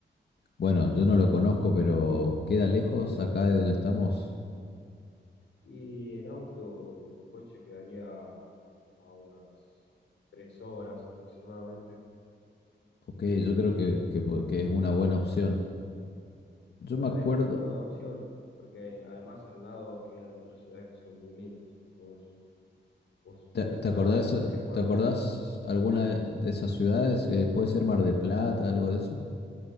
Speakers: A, on the left; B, on the left.
A: bueno, yo no lo conozco, pero ¿queda lejos acá de donde estamos?
B: y en auto, en coche quedaría a unas tres horas aproximadamente.
A: Ok, yo creo que, que po- que es una buena opción. Yo
B: La
A: me
B: verdad
A: acuerdo,
B: es que es una buena opción, porque además al lado quedan otras ciudades que son muy lindas. ¿Vos, vos
A: ¿te,
B: tenés
A: te acordás,
B: algún recuerdo?
A: te acordás alguna de de esas ciudades? Eh, puede ser Mar del Plata, algo de eso.